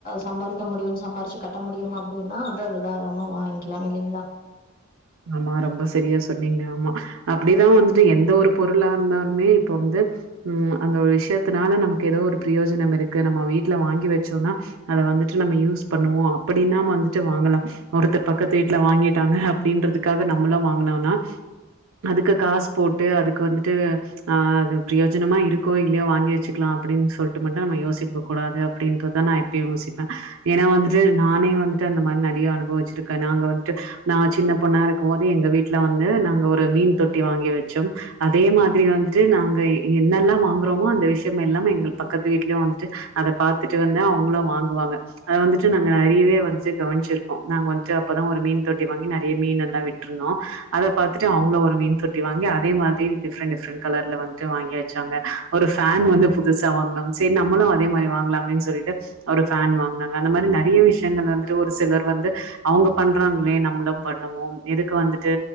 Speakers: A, on the left; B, on the right.
A: சம்பாரிக்க முடியும் சம்பாரிச்சு கட்ட முடியும் அப்படின்னா வந்து அத தாராளமா வாங்கிக்கலாம் இல்லிங்களா
B: ஆமா ரொம்ப சரியா சொன்னீங்க ஆமா அப்டிதா வந்துட்டு எந்த ஒரு பொருளா இருந்தாலுமே இப்ப வந்து ம் அந்த ஒரு விஷயத்துனால நமக்கு எதோ ஒரு பிரயோஜனம் இருக்கு நம்ம வீட்ல வாங்கி வச்சோனா அத வந்துட்டு நம்ம யூஸ் பண்ணுவோ அப்படின்னா நம் வந்துட்டு வாங்கலா ஒருத்தர் பக்கத்து வீட்ல வாங்கிட்டாங்க அப்டின்றதுக்காக நம்மளு வாங்னோனா அதுக்கு காசு போட்டு அதுக்கு வந்துட்டு ஆ அது பிரோயஜனமா இருக்கோ இல்லயோ வாங்கி வச்சுக்கலா அப்டின்னு சொல்லிட்டு மட்டு நம்ம யோசிக்க கூடாது அப்படின்றதுதா நா இப் யும் யோசிப்பே ஏனா வந்துட்டு நானே வந்துட்டு அந்த மாரி நறையா அனுபவிச்சிருக்கே நாங்க வந்துட்டு நா சின்ன பொண்ணா இருக்கும்போது எங்க வீட்ல வந்து நாங்க ஒரு மீன் தொட்டி வாங்கி வச்சோ அதே மாதிரி வந் ட்டு நாங்க என்னெல்லா வாங்குறோமோ அந்த விஷயம் எல்லாம் எங்கள் பக்கத்து வீட்லயு வந்துட்டு அத பாத்துட்டு வந்தே அவுங்களு வாங்குவாங்க அது வந்துட்டு நாங்க ஈவே வன்ச்சு கவனிச்சிருக்கோ நாங்க வந்துட்டு அப்பதா ஒரு மீன் தொட்டி வாங்கி ந றைய மீனல்லா விட்ருந்தோ அத பாத்துட்டு அவுங்களு ஒரு மீன் தொட்டி வாங்கி அதே மாதிரி டிஃபரண்ட் டிஃபரண்ட் கலர்ல வாங் வாங்கி வச்சாங்க ஒரு ஃபேன் வந்து புதுசா வாங்னோ சேரி நம்மளு அதே மாரி வாங்கலாமே சொல்லிட்டு ஒரு ஃபேன் வாங்னாங்க அந்த மாரி நறைய விஷயங்கள் வந்துட்டு ஒரு சிலர் வந்து அவுங்க பண்றாங்களே நம்மளு பன் னுவோம் எதுக்கு வந்துட்டு